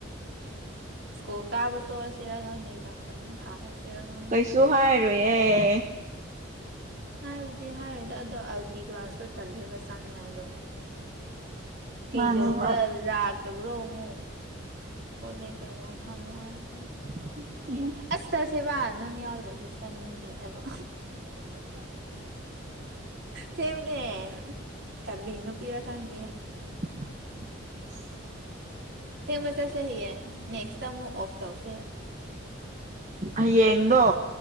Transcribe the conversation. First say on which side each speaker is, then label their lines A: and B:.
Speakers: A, on the right (about 55°); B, on the right (about 35°).
A: ꯁ꯭ꯀꯨꯜ ꯀꯥꯕ ꯇꯣꯛꯑꯁꯤꯔ ꯈꯪꯗꯦ ꯑꯦꯛꯖꯥꯝ ꯈꯛꯇꯟ ꯊꯥꯔꯁꯤꯔ ꯈꯪ__
B: ꯆꯨꯍꯥꯏꯔꯣꯏꯌꯦ
A: ꯍꯥꯏꯕꯨꯗꯤ ꯍꯥꯏꯔꯣꯏꯗ ꯑꯗꯣ ꯑꯜꯇꯤ ꯀ꯭ꯂꯥꯁꯇꯣ ꯇꯜꯂꯦꯕ ꯆꯥꯟꯉꯥꯏꯗꯣ ꯀꯩꯗꯧꯕ꯭ꯔꯥ
B: ꯃꯥꯅꯦ ꯍꯣꯏ
A: ꯂꯥꯛꯇꯕ꯭ꯔꯣ ꯑꯃꯨꯛ ꯈꯣꯠꯂꯦ ꯀꯩꯅꯣ ꯍꯥꯝꯃꯨ ꯍꯥꯏꯛꯀꯅꯤ
B: <unintelligible>
A: ꯑꯁ ꯆꯠꯁꯦꯕ ꯅꯪ ꯌꯥꯎꯗ꯭ꯔꯗꯤ ꯆꯪꯅꯤꯡꯗꯦ ꯍꯥꯏꯕ ꯁꯦꯝꯃꯛꯅꯦ ꯀꯔꯤ ꯅꯨꯄꯤꯔ ꯈꯪꯗꯦꯍꯦ
B: <inaudible>
A: ꯁꯦꯡꯕ ꯆꯠꯁꯦ ꯍꯌꯦꯡ ꯅꯦꯛꯁꯇ ꯑꯃꯨꯛ ꯑꯣꯐ ꯇꯧꯁꯦ
B: ꯍꯌꯦꯡ ꯗꯣ